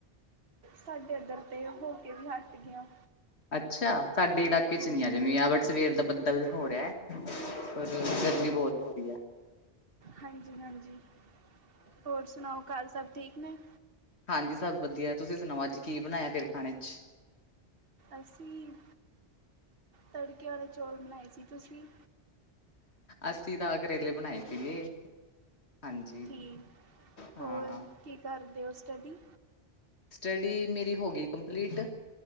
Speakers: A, on the right (about 60°); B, on the left (about 75°).
A: ਸਾਡੇ ਇੱਧਰ ਤੇ ਹੋ ਕੇ ਵੀ ਹਟ ਗਿਆ
B: ਅੱਛਾ ਸਾਡੇ ਇਲਾਕੇ ਚ
A: ਹਾਂਜੀ
B: ਨੀ ਆ ਜਾਵੇ, ਆ ਬਟ ਸਵੇਰ ਦਾ ਬੱਦਲ ਹੋ ਰਿਹਾ। ਪਰ ਗਰਮੀ ਬਹੁਤ ਹੋ ਰਹੀ ਹੈ।
A: ਹਾਂਜੀ-ਹਾਂਜੀ, ਹੋਰ ਸੁਣਾਓ ਘਰ ਸਭ ਠੀਕ ਨੇ?
B: ਹਾਂਜੀ ਸਭ ਵਧੀਆ, ਤੁਸੀਂ ਸੁਣਾਓ ਅੱਜ ਕੀ ਬਣਾਇਆ ਫਿਰ ਖਾਣੇ ਚ?
A: ਅਸੀਂ ਤੜਕੇ ਵਾਲੇ ਚੌਲ ਬਣਾਏ ਸੀ, ਤੁਸੀਂ?
B: ਅੱਸੀ, ਤਾਂ ਕਰੇਲੇ ਬਣਾਏ ਸੀਗੇ, ਹਾਂਜੀ
A: ਠੀਕ,
B: ਹਾਂ
A: ਹੋਰ ਕੀ ਕਰਦੇ ਹੋ ਸਟੱਡੀ?
B: ਸਟੱਡੀ ਮੇਰੀ ਹੋ ਗਈ ਕੰਪਲੀਟ,